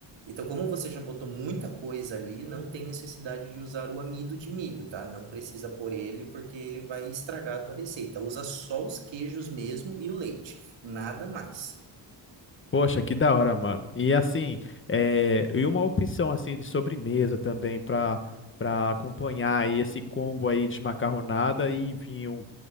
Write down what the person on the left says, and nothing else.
Poxa, que da hora, mano. E assim, é, e uma opção assim de sobremesa também para para acompanhar aí esse combo aí de macarronada e vinho,